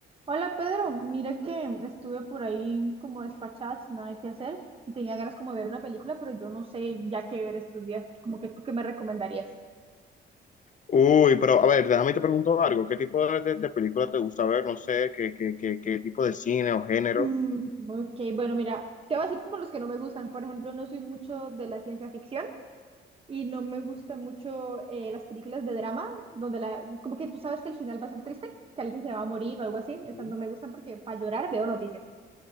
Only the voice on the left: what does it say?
Uy, pero a ver, déjame te pregunto algo. ¿Qué tipo de, de- de película te gusta ver? No sé, ¿qué, qué, qué, qué tipo de cine o género?
Ujú.